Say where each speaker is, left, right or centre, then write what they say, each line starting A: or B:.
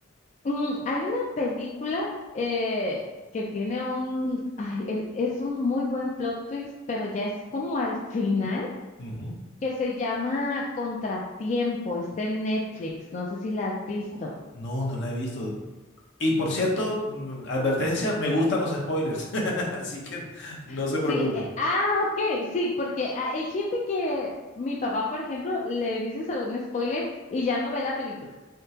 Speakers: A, on the left; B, on the left.
A: Mm, hay una película eh, que tiene un, ay, el- es un muy buen plot twist, pero ya es como al final.
B: Ujú.
A: que se llama Contratiempo, está en Netflix, no sé si la has visto.
B: No, no la he visto. Y por cierto, mm, advertencia, me gustan los spoilers, <laughs> así que no se
A: Sí,
B: preocupe.
A: eh, ah, ok, sí, porque ah, hay gente que, mi papá, por ejemplo, le dices algún spoiler y ya no ve la película.